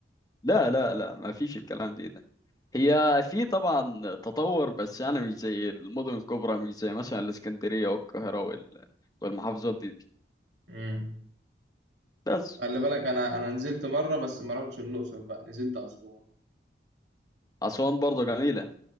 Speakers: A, on the left (about 20°); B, on the right (about 75°).
A: لا لا لا ما فيش الكلام دي ده هي في طبعا تطور بس انا مش زي المدن الكبرى مش زي مثلا الاسكندريه والقاهره وال- والمحافظات دي, دي.
B: امم
A: بس
B: خلي بالك انا انا نزلت مره بس ما رحتش الاقصر بقى نزلت اسوان
A: اسوان برضه جميله